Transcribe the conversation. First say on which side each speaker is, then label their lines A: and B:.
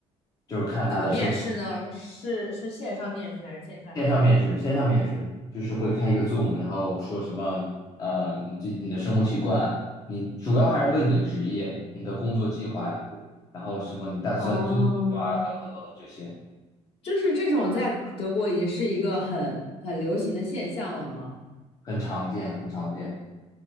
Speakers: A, on the left; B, on the left.
A: 就是看他的生活
B: 怎么面试呢？是是线上面试还是线下面试？
A: 线上面试，线上面试就是会开一个 Zoom，然后说什么呃，你这你的生活习惯，你主要还是问你的职业、你的工作计划呀，然后什么你打算租多久啊，
B: 哦，
A: 等等等等这些。
B: 就是这种在德国已经是一个很很流行的现象了吗？
A: 很常见，很常见。